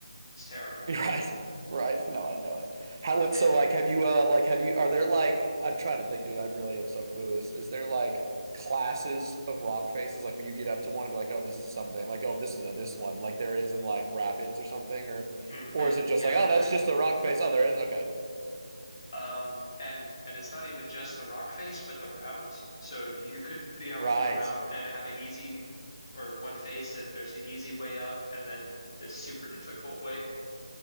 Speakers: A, on the left; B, on the right.
A: It's terrible.
B: <laughs> Right. Right. No, I know it. How, what's
A: <laughs>
B: so like, have you, uh, like, have you, are there like, I'm trying to think, dude, I really am so clueless. Is there like classes of rock faces? Like, where you get up to one and be like, oh, this is something, like, oh, this is a this one, like there is in like rapids or something, or,
A: hmm
B: or is it just
A: Yeah,
B: like, oh,
A: they're
B: that's just a rock face? Oh, there is. Okay.
A: Um, and and it's not even just the rock face, but the route. So you could be on
B: Right.
A: one route and have an easy or one face, and there's an easy way up, and then this super difficult way.